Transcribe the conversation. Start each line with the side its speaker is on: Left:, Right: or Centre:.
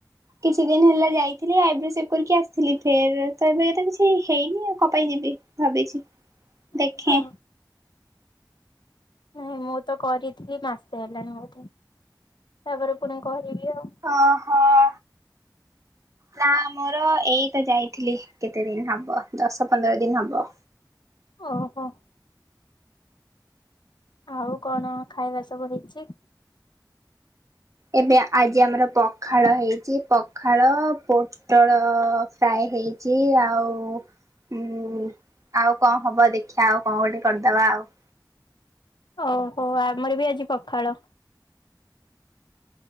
Right: କିଛି ଦିନ ହେଲା ଯାଇଥିଲି ଆଇବ୍ରୋ ସେପ୍ କରିକି ଆସିଥିଲି ଫେର୍ତ ଏବେତ କିଛି ହେଇନି ଆଉ କଣ ପାଇଁ ଯିବି। ଭାବିଚି ଦେଖେ।
Left: ନା? ନାଇଁ ମୁଁତ କରିଥିଲି ମାସେ ହେଲଣିି ବୋଧେ ତାପରେ ପୁଣି କରିବି ଆଉ।
Right: ହଁ ହଁ। ନା ମୋର ଏଇତ ଯାଇଥିଲି କେତେ ଦିନ ହବ ଦଶ ପନ୍ଦର ଦିନି ହବ।
Left: ଓହୋ। ଆଉ କଣ ଖାଇବା ସବୁ ହେଇଚି?
Right: ଏବେ ଆଜି ଆମର ପଖାଳ ହେଇଚି ପଖାଳ ପୋ ପୁଟଳ ଫ୍ରାଏ ହେଇଚି ଆଉ ହୁଁ ଆଉ କଣ ହବ ଦେଖିବା ଆଉ କଣ ଗୋଟେ କରିଦବା ଆଉ।
Left: ଓହୋ ଆମରବି ଆଜି ପଖାଳ।